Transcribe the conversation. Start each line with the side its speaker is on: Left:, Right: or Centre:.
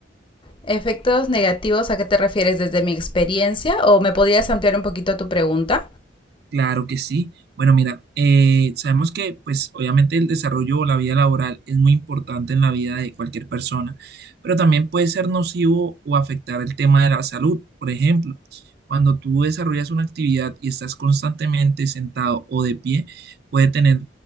Left: Efectos negativos, ¿a qué te refieres desde mi experiencia? ¿O me podrías ampliar un poquito tu pregunta?
Right: Claro que sí. Bueno, mira, eh, sabemos que pues obviamente el desarrollo o la vida laboral es muy importante en la vida de cualquier persona, pero también puede ser nocivo o afectar el tema de la salud. Por ejemplo, cuando tú desarrollas una actividad y estás constantemente sentado o de pie, puede tener